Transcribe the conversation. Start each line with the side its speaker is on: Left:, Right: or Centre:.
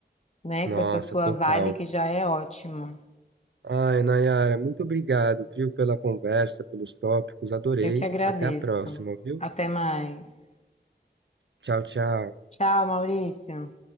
Left: né?
Right: Nossa,
Left: Com essa sua
Right: total.
Left: vibe que já é ótima.
Right: Ai, Nayara, muito obrigado, viu, pela conversa, pelos tópicos, adorei.
Left: Eu que agradeço.
Right: Até a próxima, viu?
Left: Até mais.
Right: Tchau, tchau.
Left: Tchau, Maurício.